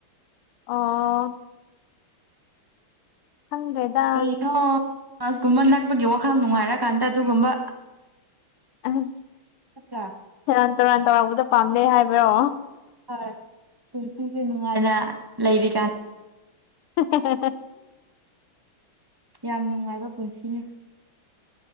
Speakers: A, on the left; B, on the right.
A: ꯑ ꯍꯪ꯭ꯔꯦꯗ
B: ꯀꯩꯅꯣ ꯃꯥꯁꯀꯨꯝꯕ ꯅꯛꯄꯒꯤ ꯋꯥꯈꯜ ꯅꯨꯡꯉꯥꯏꯔꯀꯥꯟꯗ ꯑꯗꯨꯒꯨꯝꯕ
A: ꯑꯁ
B: ꯅꯠꯇ꯭ꯔꯥ
A: ꯁꯦꯔꯥꯟ ꯇꯨꯔꯥꯟ ꯇꯧꯔꯛꯄꯗꯣ ꯄꯥꯝꯗꯩ ꯍꯥꯏꯕꯔꯣ
B: ꯍꯣꯏ ꯄꯨꯟꯁꯤꯁꯦ ꯅꯨꯡꯉꯥꯏꯅ ꯂꯩꯔꯤ
A: ꯎ ꯍ
B: ꯌꯥꯝ ꯅꯨꯡꯉꯥꯏꯕ ꯄꯨꯟꯁꯤꯅꯤ